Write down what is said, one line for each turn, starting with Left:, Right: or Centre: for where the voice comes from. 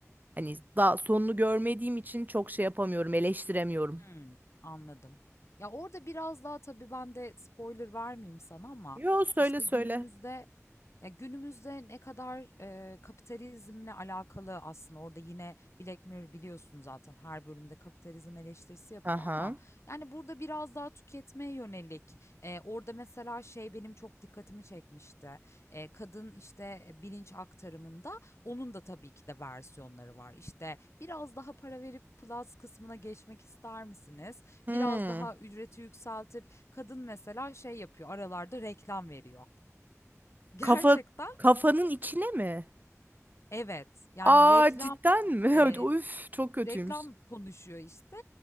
Right: hani daha sonunu görmediğim için çok şey yapamıyorum, eleştiremiyorum.
Left: Hımm, anladım. Ya, orada biraz daha tabii ben de spoiler vermeyeyim sana ama,
Right: Yo söyle
Left: işte,
Right: söyle.
Left: günümüzde Ya günümüzde ne kadar eee, kapitalizmle alakalı aslında orada yine Black Mirror biliyorsun zaten her bölümde kapitalizm eleştirisi yapıyor
Right: Aha.
Left: ama yani burada biraz daha tüketmeye yönelik eee, orada mesela şey benim çok dikkatimi çekmişti Eee, kadın işte bilinç aktarımında onun da tabii ki de versiyonları var işte biraz daha para verip plus kısmına geçmek ister misiniz?
Right: Hmm.
Left: Biraz daha ücreti yükseltip kadın mesela şey yapıyor aralarda reklam veriyor. <laughs> Gerçekten
Right: Kafa kafanın içine mi?
Left: Evet, yani
Right: Aa
Left: reklam,
Right: cidden mi?
Left: eee,
Right: <laughs> Üf çok kötüymüş.
Left: reklam konuşuyor işte.